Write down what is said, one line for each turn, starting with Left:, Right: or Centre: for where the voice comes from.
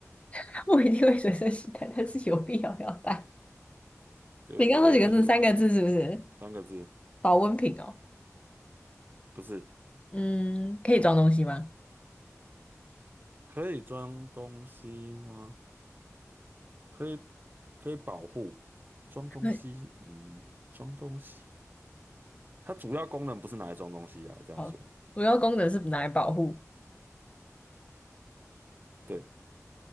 Left: <laughs> 我一定会随身携带，但是有必要要带。
Right: 对对对，
Left: 你刚说几个字？
Right: 就是
Left: 三个字是不是？
Right: 三个字，
Left: 保温瓶哦。
Right: 不是
Left: 嗯，可以装东西吗？
Right: 可以装东西吗？可以可以保护装东西，
Left: <laughs>
Right: 嗯，装东西，它主要功能不是拿来装东西啊，这样说，
Left: 好，主要功能是拿来保护
Right: 对，